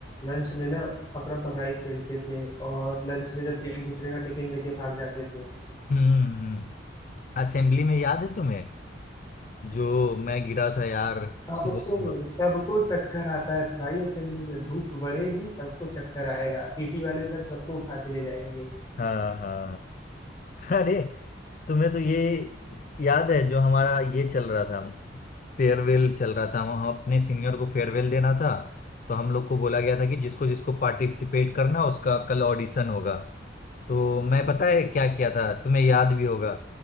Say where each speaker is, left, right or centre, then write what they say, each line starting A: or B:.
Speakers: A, on the left; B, on the left.
A: लंच में ना पकड़म पकड़ाई खेलते थे और लंच में जब एक दूसरे का टिफिन लेके भाग जाते थे
B: हम्म हम्म, हम्म। असेंबली में याद है तुम्हें जो मैं गिरा था यार
A: सबको
B: सुबह
A: सबको चक्कर आता है भाई असेंबली में धूप बढ़ेगी सबको चक्कर आएगा पीटी वाले सर सबको उठा के ले जाएंगे
B: हाँ हाँ हाँ, अरे तुम्हें तो ये याद है जो हमारा ये चल रहा था फेयरवेल चल रहा था हम हम अपने सीनियर को फेयरवेल देना था तो हम लोग को बोला गया था कि जिसको जिसको पार्टिसिपेट करना उसका कल ऑडिशन होगा तो मैं पता है क्या किया था तुम्हें याद भी होगा